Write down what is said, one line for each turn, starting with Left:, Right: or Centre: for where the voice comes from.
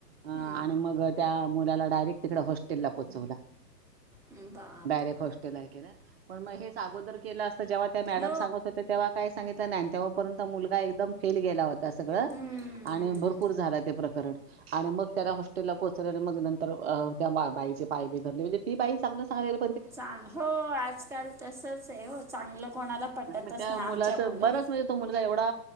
Right: ह
Centre: हम्म
Right: आणि मग त्या मुलाला डायरेक्ट तिकडे हॉस्टेल ला पोहोचवला.
Centre: हम्म बापरे
Right: डायरेक्ट हॉस्टेला हे केल् पण मग हेच अगोदर केलं असत जेव्हा त्या मॅडम.
Centre: हो
Right: सांगत होत्या तेव्हा काय सांगित नाही तेव्हापर्यंत मुलगा एकदम फेल गेला होता सगळं
Centre: हम्म हम्म.
Right: आणि भरपूर. पुर झाला ते प्रकरनं आणि मग त्याला हॉस्टेलला पोहोचवल आणि मग न तर त्या बा बाईची पाय बी धरले म्हणजे ती बाई सगेबल
Centre: चांग हो आजकाल तसच आहे हो. चांगलं कोणाला पटतच
Right: आणि मग त्या
Centre: नाही.
Right: मुलाचं
Centre: आमच्या मुलाला
Right: बरंच म्हणजे तो मुलगा एवढा